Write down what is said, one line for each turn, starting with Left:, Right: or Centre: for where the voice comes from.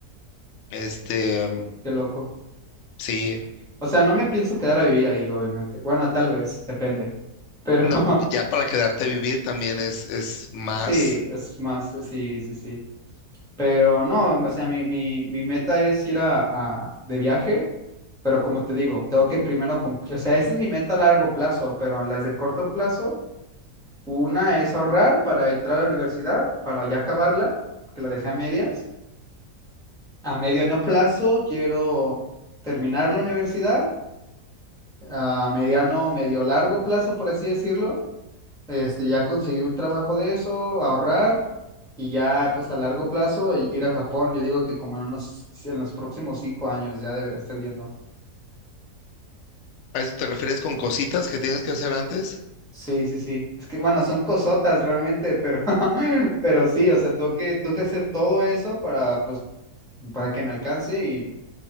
Left: Este, mm,
Centre: loco.
Left: sí,
Centre: O sea, no me pienso quedar a vivir ahí, obviamente. Bueno, tal vez, depende. Pero
Left: no,
Centre: <laughs>
Left: ya para quedarte a vivir también es, es más.
Centre: sí, es más, sí, sí, sí. Pero no, o sea, mi, mi, mi meta es ir a, a- de viaje, pero como te digo, tengo que primero cumplir, o sea, esa es mi meta a largo plazo, pero las de corto plazo, una es ahorrar para entrar a la universidad, para ya acabarla, que la dejé a medias. A mediano plazo quiero terminar la universidad, a mediano, medio largo plazo, por así decirlo este, ya conseguir un trabajo de eso, ahorrar y ya pues a largo plazo i- ir a Japón. Yo digo que como en unos, en los próximos cinco años ya debería estar yendo.
Left: ¿A eso te refieres con cositas que tienes que hacer antes?
Centre: Sí, sí, sí. Es que bueno, son cosotas realmente, pero, <laughs> pero sí, o sea, tengo que, tengo que hacer todo eso para, pues, para que me alcance y